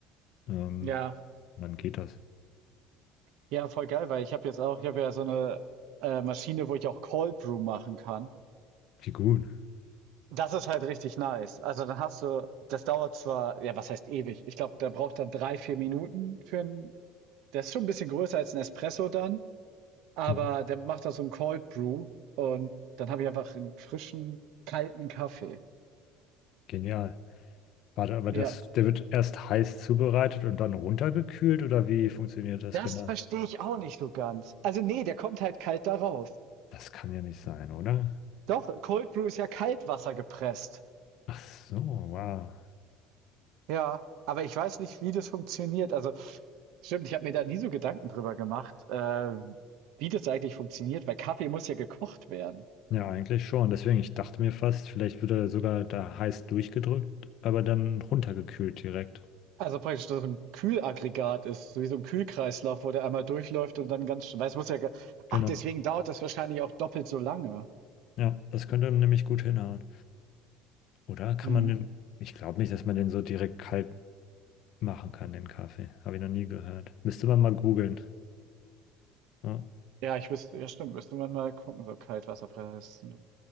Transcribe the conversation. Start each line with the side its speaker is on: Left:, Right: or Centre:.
Left: Ähm,
Right: ja.
Left: dann geht das.
Right: Ja, voll geil, weil ich habe jetzt auch ich habe ja so eine äh, Maschine, wo ich auch Cold Brew machen kann.
Left: Wie gut.
Right: Das ist halt richtig nice. Also, dann hast du das dauert zwar ja, was heißt ewig? Ich glaube, da braucht dann drei, vier Minuten für 'n der ist schon ein bisschen größer als ein Espresso dann. Aber
Left: Mhm.
Right: der macht da so ein Cold Brew und dann habe ich einfach einen frischen, kalten Kaffee.
Left: Genial. Warte, aber
Right: Ja,
Left: das, der wird erst heiß zubereitet und dann runtergekühlt oder wie funktioniert das
Right: das
Left: genau?
Right: verstehe ich auch nicht so ganz. Also, nee, der kommt halt kalt da raus.
Left: Das kann ja nicht sein, oder?
Right: Doch, Cold Brew ist ja Kaltwasser gepresst.
Left: Ach so, wow.
Right: Ja, aber ich weiß nicht, wie das funktioniert. Also, stimmt, ich habe mir da nie so Gedanken drüber gemacht, äh, wie das eigentlich funktioniert, weil Kaffee muss ja gekocht werden.
Left: Ja, eigentlich schon. Deswegen, ich dachte mir fast, vielleicht wird er sogar da heiß durchgedrückt, aber dann runtergekühlt direkt.
Right: Also praktisch so ein Kühlaggregat ist, so wie so ein Kühlkreislauf, wo der einmal durchläuft und dann ganz weil es muss ja ge ach,
Left: Genau.
Right: deswegen dauert das wahrscheinlich auch doppelt so lange.
Left: Ja, das könnte nämlich gut hinhauen. Oder kann
Right: Mhm.
Left: man den, ich glaube nicht, dass man den so direkt kalt machen kann, den Kaffee. Habe ich noch nie gehört. Müsste man mal googeln. Ja,
Right: ja, ich wüsste ja stimmt, müsste man mal gucken, so Kaltwasserpressen.